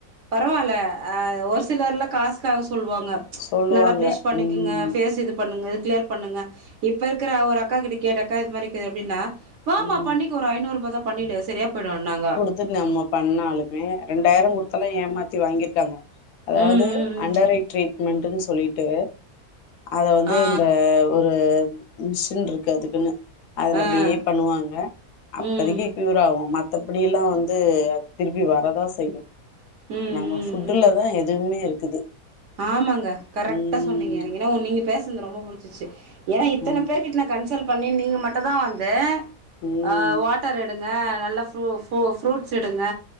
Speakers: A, on the right; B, on the left.
A: பரவாயில்ல ஆ ஒரு சிலர்லா காசுக்காக சொல்லுவாங்க ம்ச்
B: சொல்லுவாங்க
A: நல்லா பிளீச் பண்ணிக்கங்க
B: ம்
A: பேஸ் இது பண்ணுங்க கிளியர் பண்ணுங்க இப்ப இருக்கிற ஒரு அக்கா கிட்ட கேட்டக்கா இது மாரி இருக்குது அப்படின்னா வாமா
B: ம்
A: பண்ணிக்கோ ஒரு ஐநூறு ரூபா தா பண்ணிடு சரியா போயிடு நாங்க
B: துட்டு நம்ம பண்ணாலுமே ரெண்டாயிரோ கொடுத்தல்லா ஏமாத்தி வாங்கிருக்காங்க அதாவது
A: ம் ம்
B: அண்டர்
A: ம்
B: ஐ ட்ரீட்மெண்ட்ன்னு சொல்லிட்டு அத வந்து
A: ஆ
B: இந்த ஒரு மிஷின் இருக்கு அதுக்குன்னு அதுல
A: ஆ
B: அப்படியே பண்ணுவாங்க
A: ம்
B: அப்போதைக்கு கியூர் ஆகு மத்தபடிலா வந்து அது திருப்பி வரதா செய்யு
A: ம் ம்
B: நம்ம ஃபுட்டுலதா
A: ம்
B: எதுவுமே இருக்குது
A: ஆமாங்க கரெக்டா
B: ம்
A: சொன்னீங்க எனக்கென்னவோ நீங்க பேசுனது ரொம்ப புடிச்சுச்சு ஏன்னா இத்தன
B: ம்
A: பேர்கிட்ட நா கன்ச சல் பண்ணி நீங்க மட்டுதா வந்து
B: ம்
A: வாட் வாட்டர் எடுங்க நல்லா ஃபு ஃபு ஃபுரூட்ஸ் எடுங்க